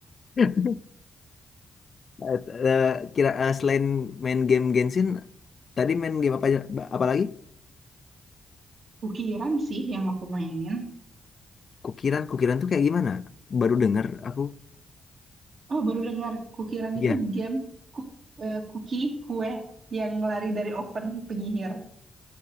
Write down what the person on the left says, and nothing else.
<laughs> Eh, eh, kira eh, selain main game Genshin Tadi main game apa aja? Ba- Apa lagi?
Kukiran, kukiran tuh kayak gimana? Baru dengar aku.
Iya.